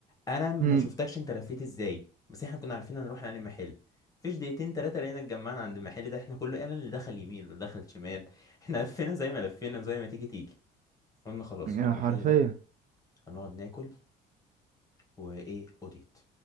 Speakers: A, on the left; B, on the right.
A: انا ما
B: امم
A: شفتكش انت لفيت ازاي بس احنا كنا عارفين هنروح على محل فيش دقيقتين تلاتة لقينا اتجمعنا عند المحل ده احنا كله انا اللي دخل يمين واللي دخل شمال احنا لفينا زي ما لفينا وزي ما تيجي تيجي قلنا خلاص
B: يا
A: هو المحل
B: حرفيا
A: ده هنقعد ناكل وايه اوديت